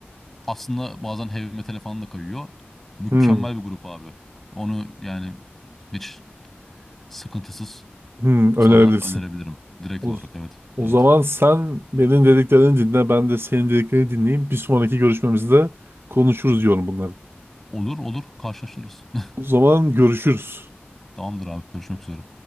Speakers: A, in the centre; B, on the right.
A: Aslında bazen heavy metal falan da kayıyor. Mükemmel
B: hı,
A: bir grup abi. Onu yani hiç sıkıntısız
B: hı, önerebilirsin.
A: sana önerebilirim. Direkt
B: O,
A: olarak evet.
B: o
A: Evet.
B: zaman sen benim dediklerini dinle, ben de senin dediklerini dinleyeyim. Bir sonraki görüşmemizde konuşuruz diyorum bunları.
A: Olur olur karşılaşırız. <laughs>
B: O zaman görüşürüz.
A: Tamamdır abi görüşmek üzere.